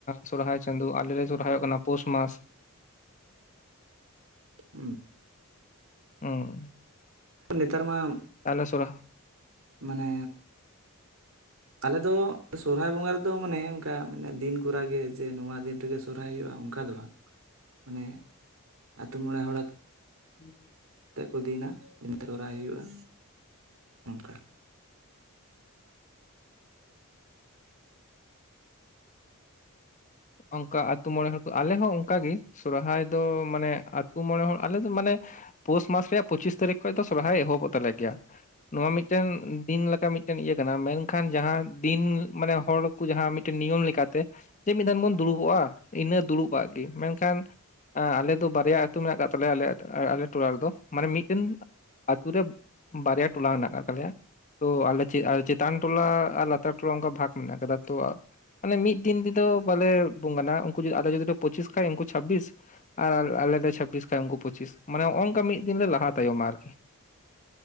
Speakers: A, on the left; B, on the right.
A: ᱥᱚᱨᱦᱟᱭ ᱪᱟᱸᱫᱳ ᱟᱞᱮ ᱞᱮ ᱥᱚᱨᱦᱟᱭᱚᱜ ᱠᱟᱱᱟ ᱯᱩᱥ ᱢᱟᱥ।
B: <inaudible>
A: ᱚᱸ
B: ᱱᱮᱛᱟᱨ ᱢᱟ ᱟᱢ
A: ᱟᱞᱮ ᱥᱚᱨᱟ
B: ᱢᱟᱱᱮ ᱟᱞᱮ ᱫᱚ ᱥᱚᱦᱨᱟᱭ ᱵᱚᱸᱜᱟ ᱨᱮᱫᱚ ᱫᱚ ᱢᱟᱱᱮ ᱚᱱᱠᱟ ᱢᱟᱱᱮ ᱫᱤᱱ ᱠᱚᱨᱟ ᱜᱮ ᱡᱮ ᱱᱚᱣᱟ ᱫᱤᱱ ᱨᱮᱜᱮ ᱥᱚᱨᱦᱟᱭ ᱦᱩᱭᱩᱜᱼᱟ ᱚᱱᱠᱟ ᱫᱚ ᱵᱟᱝ। ᱢᱟᱱᱮ ᱟ. ᱛᱩ ᱢᱚᱬᱮ ᱦᱚᱲ ᱟᱛᱮ
A: <inaudible>
B: ᱛᱮᱫ ᱠᱚ ᱫᱤᱱᱟ ᱮᱱᱛᱮ ᱠᱚᱨᱟᱣ ᱦᱩᱭᱩᱜᱼᱟ ᱚᱱᱠᱟ। <inaudible>
A: ᱚᱱᱠᱟ ᱟ. ᱛᱩ ᱢᱚᱬᱮ ᱦᱚᱲ ᱠᱚ ᱟᱞᱮ ᱦᱚᱸ ᱚᱱᱠᱟᱜᱮ ᱥᱚᱨᱟᱦᱟᱭ ᱫᱚ ᱢᱟᱱᱮ ᱟᱹᱛᱩ ᱢᱚᱬᱮ ᱦᱚᱲ ᱟᱞᱮ ᱫᱚ ᱢᱟᱱᱮ ᱯᱩᱥ ᱢᱟᱥ ᱨᱮᱭᱟᱜ ᱯᱩᱪᱤᱥ ᱛᱟᱹᱨᱤᱠᱷ ᱠᱷᱱᱡ ᱫᱚ ᱥᱚᱨᱦᱟᱭ ᱮᱦᱚᱵᱚᱜ ᱛᱟᱞᱮ ᱠᱮᱭᱟ ᱱᱚᱣᱟ ᱢᱤᱫᱴᱟ. ᱝ ᱫᱤᱱ ᱞᱮᱠᱟ ᱢᱤᱫ ᱢᱤᱫᱴᱟ. ᱝ ᱤᱭᱟᱹ ᱠᱟᱱᱟ ᱢᱮᱱᱠᱷᱟᱱ ᱡᱟᱦᱟᱸ ᱫᱤᱱ ᱢᱟᱱᱮ ᱦᱚᱲ ᱠᱚ ᱡᱟᱦᱟᱸ ᱢᱤᱫᱴᱟ. ᱝ ᱱᱤᱭᱚᱢ ᱞᱮᱠᱟᱛᱮ ᱡᱮ ᱢᱤᱫ ᱢᱚᱱ ᱫᱩᱲᱩᱵᱚᱜᱼᱟ ᱤᱱᱟᱹ ᱫᱩᱲᱩᱵᱟᱜ ᱜᱮ ᱢᱮᱱᱠᱷᱟᱱ ᱟ-ᱟᱞᱮ ᱫᱚ ᱵᱟᱨᱭᱟ ᱟᱹᱛᱩ ᱢᱮᱱᱟᱜ ᱟᱠᱟᱫ ᱛᱟᱞᱮᱭᱟ ᱟᱞᱮ ᱟᱞᱮ ᱴᱚᱞᱟ ᱨᱮᱫᱚ ᱢᱟᱱᱮ ᱢᱤᱫᱴᱟ. ᱱ ᱟᱹᱛᱩ ᱨᱮ ᱵᱟᱨᱭᱟ ᱴᱚᱞᱟ ᱦᱮᱱᱟᱜ ᱟᱠᱟᱫ ᱛᱟᱞᱮᱭᱟ ᱛᱚ ᱟᱞᱮ ᱪᱮᱫ ᱟᱞᱮ ᱪᱮᱫ ᱪᱮᱛᱟᱱ ᱴᱚᱞᱟ ᱟᱨ ᱞᱟᱛᱟᱨ ᱴᱚᱞᱟ ᱚᱱᱠᱟ ᱵᱷᱟᱜ ᱢᱮᱱᱟᱜ ᱟᱠᱟᱫᱟ ᱛᱚ ᱢᱟᱱᱮ ᱢᱤᱫ ᱫᱤᱱ ᱛᱮᱫᱚ ᱵᱟᱞᱮ ᱵᱚᱝᱜᱱᱟ ᱩᱱᱠᱩ ᱡᱩᱫᱤ ᱟᱞᱮ ᱡᱚᱫᱤ ᱫᱚ ᱯᱚᱪᱤᱥ ᱠᱷᱟᱡ ᱩᱱᱠᱩ ᱪᱷᱟ. ᱵᱤᱥ ᱟᱨ ᱟᱞᱮᱞᱮ ᱪᱷᱟ. ᱵᱤᱥ ᱠᱷᱟᱡ ᱩᱱᱠᱩ ᱯᱚᱪᱤᱥ ᱢᱟᱱᱮ ᱱᱚᱝᱠᱟ ᱢᱤᱫ ᱫᱤᱱ ᱞᱮ ᱞᱟᱦᱟ ᱛᱟᱭᱚᱢᱟ ᱟᱨ